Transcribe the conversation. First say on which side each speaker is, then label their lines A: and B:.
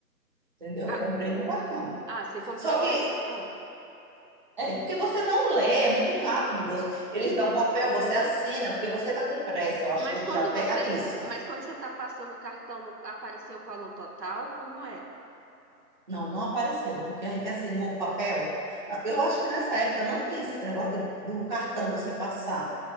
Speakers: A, on the right (about 30°); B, on the right (about 80°).
A: entendeu?
B: Ah,
A: Eu comprei no cartão.
B: ah, você comprou.
A: Só que
B: Ah.
A: é porque você não lê, é muito rápido. Você, eles dão um papel, você assina, porque você tá com pressa. Eu acho
B: Mas
A: que ele
B: quando
A: já pega
B: você,
A: nisso.
B: mas quando você está passando o cartão, não apareceu o valor total? Como é?
A: Não, não apareceu, porque a gente assinou o papel. Ah, Eu acho que nessa época não tinha esse negócio de- do cartão você passar.